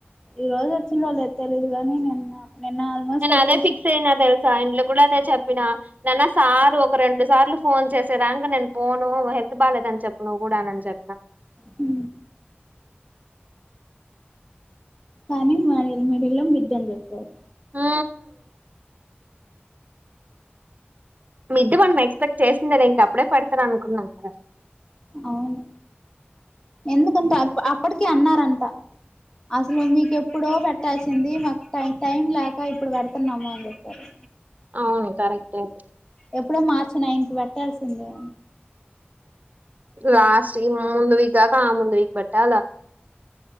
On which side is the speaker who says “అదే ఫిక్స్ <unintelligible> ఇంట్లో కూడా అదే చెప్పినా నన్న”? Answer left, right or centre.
Right